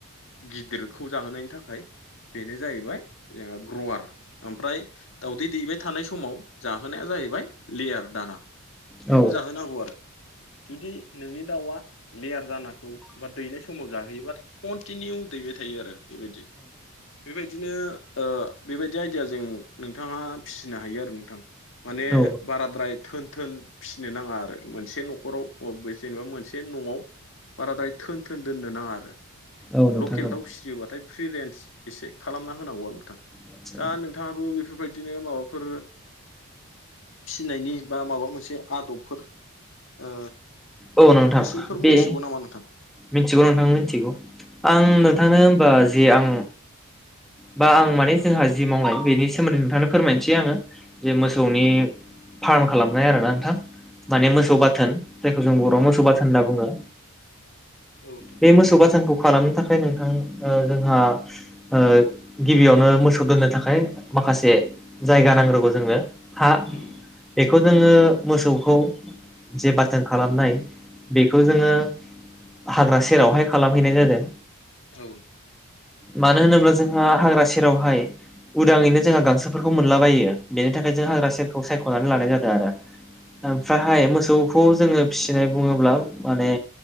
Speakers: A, on the left; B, in the centre.
A: गिदिरखौ जाहोनायनि थाखाय बेनो जाहैबाय ओ ग्रवार ओमफ्राय दउदै दैबाय थानाय समाव जाहोनाया जाहैबाय जाहैबाय लेयार दाना
B: औ
A: बेखौ जाहोनांगौ आरो जुदि नोंनि दाउआ लेयार दानाखौ बा दैनाय समाव जाहोयोबा कनटिनिउ दैबाय थायो आरो बेबायदि बेबायदि बिदिनो ओ बेबायदि आइदियाजों नोंथाङा फिसिनो हायो आरो नोंथां माने
B: औ
A: बाराद्राय थोन थोन फिसिनो नाङा आरो मोनसे न'खराव अ जेनेबा मोनसे न'आव बाराद्राय थोन थोन दोननो नाङा आरो।
B: औ नोंथां
A: लकेल दाउ
B: औ
A: फिसियोबाथाय फ्रि रेन्ज एसे खालामना होनांगौआ नोंथां।
B: आदसा
A: दा नोंथाङाबो बेफोरबायदिनो माबाफोर फिनायनि बा माबा मोनसे आदबफोर ओ
B: औ नोंथां
A: एसेफोर
B: बे
A: मिथिगौ नामा नोंथां
B: मिथिगौ नोंथां मिथिगौ। आं
A: औ
B: नोंथांनो हबा जे आं बा आं माने जोंहा जि मावनाय बेनि सोमोन्दै नोंथांनो फोरमायनोसै आङो जे मोसौनि
A: औ
B: फार्म खालामनाय आरो ना नोंथां। माने
A: औ नोंथां
B: मोसौ बाथोन जायखौ जों बर'आव
A: औ
B: मोसौ बाथोन होनना बुङो।
A: औ नोंथां
B: बे मोसौ बाथानखौ खालामनो थाखाय नोंथां ओ जोंहा ओ गिबियावनो मोसौ दोननो थाखाय माखासे जायगा नांग्रोगौ जोंनो। हा ए
A: औ
B: बेखौ जोङो मोसौखौ जे बाथोन खालामनाय बेखौ जोङो हाग्रा सेरावहाय खालामहैनाय जादों।
A: औ।
B: मानो होनोब्ला जोंहा हाग्रा सेरावहाय उदाङैनो जोंहा गांसोफोरखौ मोनलाबायो। बेनि थाखाय जों हाग्रा
A: औ
B: सेरखौ सायख'नानै लानाय जादों आरो
A: औ
B: ओमफ्राय हाय मोसौ खौ जोङो फिसिनाय बुङोब्ला माने